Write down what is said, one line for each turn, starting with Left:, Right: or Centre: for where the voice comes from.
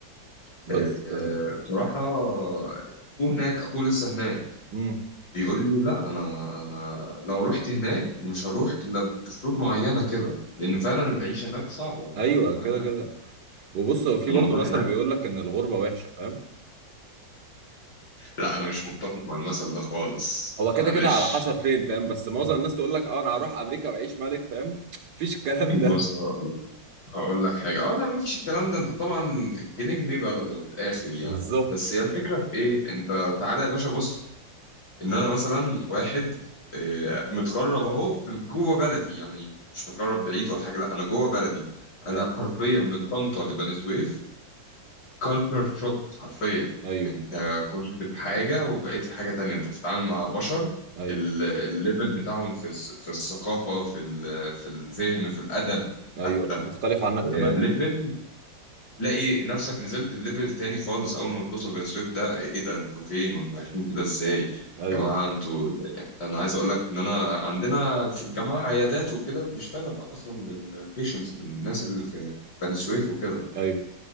Right: بس
Left: آه، بصراحة اخوه هناك اخوه لسه هناك
Right: امم
Left: بيقول لي لا انا انا لو رحت هناك مش هروح الا بشروط معينه كده لان فعلا العيشه هناك صعبه الموضوع
Right: ايوه
Left: هناك
Right: كده كده وبص هو في
Left: الموضوع
Right: برضه مثل
Left: هناك
Right: بيقول لك ان الغربه وحشه فاهم
Left: لا انا مش متفق مع المثل ده خالص
Right: هو كده
Left: معلش
Right: كده على حسب فين فاهم بس معظم الناس تقول لك اه انا هروح امريكا واعيش ملك فاهم <laughs> مفيش الكلام
Left: بص
Right: ده
Left: هقول لك هقول لك حاجه اه لا ما فيش الكلام ده انت طبعا جنيه جنيه بلده من الاخر يعني
Right: بالظبط
Left: بس هي الفكره في ايه انت تعالى يا باشا بص ان انا مثلا واحد آه، متغرب اهو في جوه بلدي يعني مش متغرب بعيد ولا حاجه لا انا جوه بلدي
Right: ايوه
Left: انا حرفيا من طنطا لبني سويف كالتشر شوك حرفيا
Right: ايوه
Left: انت كنت في حاجة وبقيت في حاجة تانية انت بتتعامل مع بشر
Right: ايوه
Left: ال- الليفل بتاعهم في الس- في الثقافة في ال- في الفهم في الأدب حتى
Right: ايوه مختلف عنك تماما
Left: ليفل تلاقي نفسك نزلت الليفل تاني خالص أول ما بتوصل بني سويف ده ايه ده انتوا فين وانتوا عايشين كده ازاي
Right: ايوه
Left: يا جماعة انتوا يعني أنا عايز أقول لك إن أنا عندنا في الجامعة عيادات وكده بنشتغل أصلا للبيشنتس للناس اللي في بني سويف وكده
Right: ايوه